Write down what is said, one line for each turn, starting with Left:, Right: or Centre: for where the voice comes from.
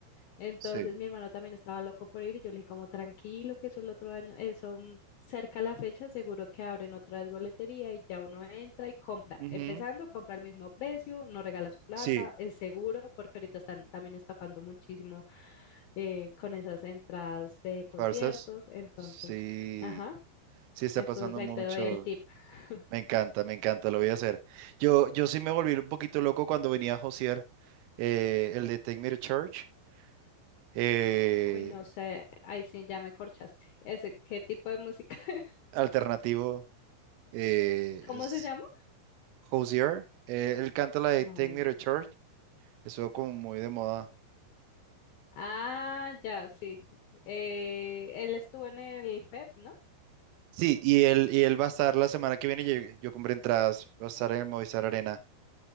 Left: Entonces
Right: sí.
Left: mi hermano también estaba loco por ir y yo le dije como tranquilo que eso el otro año, eso mm, cerca a la fecha seguro que abren otra vez boletería y ya uno entra y compra,
Right: Ujú.
Left: empezando, compra al mismo precio, no regala su plata,
Right: Sí,
Left: es seguro porque ahorita están también estafando muchísimo eh, con esas entradas de conciertos,
Right: falsas.
Left: entonces,
Right: Sí,
Left: ajá,
Right: sí está
Left: entonces
Right: pasando
Left: ahí
Right: mucho.
Left: te doy el tip. <laughs>
Right: Me encanta, me encanta, lo voy a hacer. Yo, yo sí me volví un poquito loco cuando venía a Josier, eh, el de Take Me to Church, eh,
Left: Uy, no sé, ahí sí ya me corchaste. Ese, ¿qué tipo de música? <laughs>
Right: alternativo eh,
Left: ¿Cómo
Right: es
Left: se llama?
Right: Hozier. eh, él canta la de
Left: No.
Right: Take Me to Church, eso como muy de moda.
Left: Ah, ya, sí. Eh, él estuvo en el FEP, ¿no?
Right: Sí, y él, y él va a estar la semana que viene, yo, yo compré entradas, va a estar en el Movistar Arena.